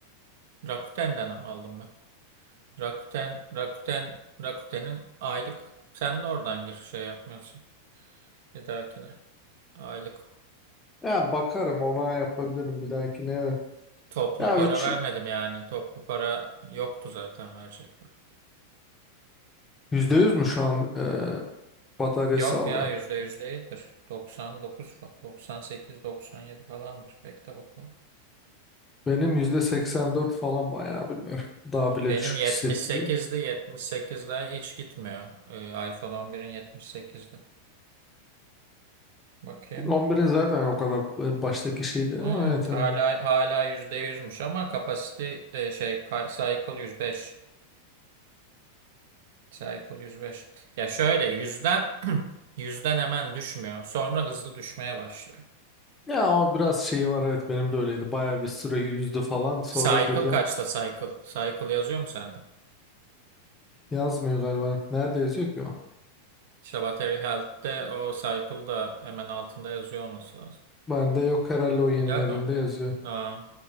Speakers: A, on the right; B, on the left.
A: Rakuten'den aldım Rakuten, Rakuten, Rakuten'in aylık sen de oradan gir şey yapmıyorsun. Bir dahakine. Aylık
B: Ya bakarım ona yapabilirim bir dahakine evet.
A: toplu
B: Ya
A: para
B: üç
A: vermedim yani. Toplu para yoktu zaten verecek. para.
B: yüzde yüz mü şu an e, batarya
A: Yok
B: sağlığı?
A: ya yüzde yüz değildir. 99, fa- 98, 97 falandır. Bekle bakalım.
B: Benim
A: Hmm.
B: yüzde seksen dört falan bayağı bilmiyorum. Daha bile
A: Benim
B: düşük
A: 78'di.
B: hissettiriyor.
A: 78'den hiç gitmiyor. Ee, iPhone 11'in 78'di. Bakayım.
B: 11'in zaten o kadar e, baştaki şeydi
A: Hmm,
B: ama evet.
A: hala
B: evet.
A: hala %100'müş ama kapasite e, şey ka- cycle 105. Cycle 105. Ya şöyle yüzden <clears throat> yüzden hemen düşmüyor. Sonra hızlı düşmeye başlıyor.
B: Ya o biraz şeyi var evet benim de öyleydi. Bayağı bir süre yüzdü falan sonra
A: Cycle
B: birden
A: kaçta cycle? Cycle yazıyor mu sende?
B: yazmıyor galiba. Nerede yazıyor ki o?
A: İşte Battery Health'te o cycle da hemen altında yazıyor olması lazım.
B: Bende yok herhalde o yenilerinde
A: Yok mu?
B: yazıyor.
A: Aa,